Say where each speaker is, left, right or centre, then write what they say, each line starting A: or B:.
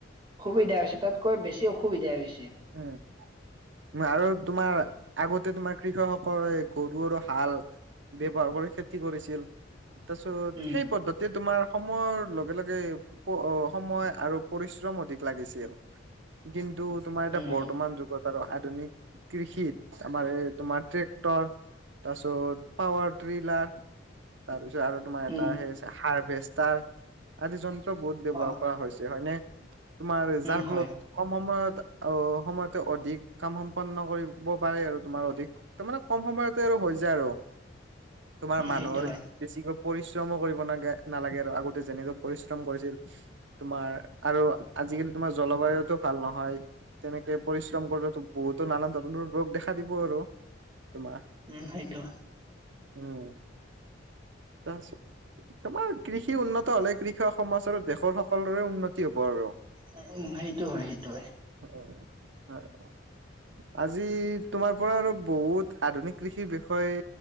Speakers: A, on the right; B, on the right.
A: সুবিধা হৈছে, তাতকৈ বেছি অসুবিধা হৈছে।
B: উম, আৰু তোমাৰ
A: উম
B: আগতে তোমাৰ কৃষকসকলে গৰু আৰু হাল, ব্যৱহাৰ কৰি খেতি কৰিছিল। তাৰপিছত
A: উম
B: সেই পদ্ধতি এতিয়া তোমাৰ সময়ৰ লগে- লগে সময় আৰু পৰিশ্ৰম অধিক লাগিছিল। কিন্তু তোমাৰ এতিয়া
A: উম
B: বৰ্তমান যুগ ত, আৰু আধুনিক, কৃষিত আমাৰ এই তোমাৰ ট্ৰেক্টৰ তাৰপিছত পাৱাৰ ট্ৰিলাৰ, তাৰপিছত আৰু তোমাৰ এটা
A: উম
B: সেই আ হাৰভেষ্টাৰ আদি যন্ত্ৰ বহুত ব্যৱহাৰ
A: অ
B: কৰা হৈছে হয়নে! তোমাৰ
A: উম
B: যাৰ ফলত
A: হয়
B: কম সময়ত আৰু সময়তে অধিক কাম সম্পন্ন কৰিব পাৰে আৰু তোমাৰ অধিক তাৰ মানে কম সময়তে আৰু হৈ যায় আৰু, তোমাৰ
A: উম
B: মানুহৰ
A: সেইটো হয়
B: বেছিকৈ পৰিশ্ৰমো কৰিব নাগে, নালাগে আৰু আগতে যেনেকৈ পৰিশ্ৰম কৰিছিল। তোমাৰ আৰু আজি-কালি তোমাৰ জলবায়ুতটো ভাল নহয়। তেনেকে পৰিশ্ৰম কৰিলে বহুতো নানান ধৰণৰ ৰোগ দেখা দিব আৰু, তোমাৰ।
A: উম সেইটো।
B: উম। তাৰপিছত তোমাৰ কৃষি উন্নত হলে কৃষক সমাজ আৰু দেশৰ সকলোৰে উন্নতি হ'ব আৰু।
A: উম -উম সেইটো হয় সেইটো।
B: অ', হয়। আজি তোমাৰ পৰা আৰু বহুত আধুনিক কৃষিৰ বিষয়ে